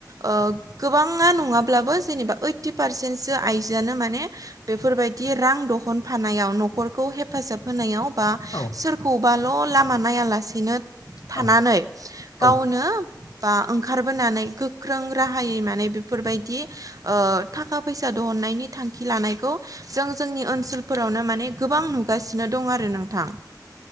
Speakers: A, on the right; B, on the left.
A: ओ गोबाङा नङाब्लाबो जेनेबा ओइथि फारसेस आइजोआनो माने बेफोरबायदि रां दहनफानायाव न'खरखौ हेफाजाब होनायाव बा
B: औ ओं
A: सोरखौबाल' लामा नायालासिनो थानानै
B: औ
A: गावनो
B: ओं
A: बा ओंखारबोनानै गोख्रों राहायै माने बेफोरबायदि थाखा फैसा दहन थांखि लानायखौ जों जोंनि ओनसोलफोरावनो माने गोबां नुगासिनो दं आरो नोंथां